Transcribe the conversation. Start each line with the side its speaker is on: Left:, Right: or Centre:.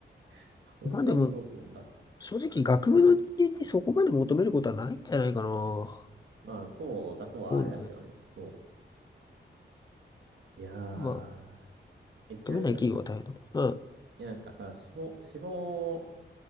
Right: <laughs> 本当にどうするんだ。
Left: まあでも、正直学部の人間にそこまで求めることはないんじゃないかな。思
Right: まあ、そうだとはあれだけどね、
Left: うんだけど。
Right: そう。いやー、
Left: まあ、
Right: え、ちなみになんか、
Left: 求めない企業は大変だと。うん。
Right: え、なんかさ、死亡、死亡、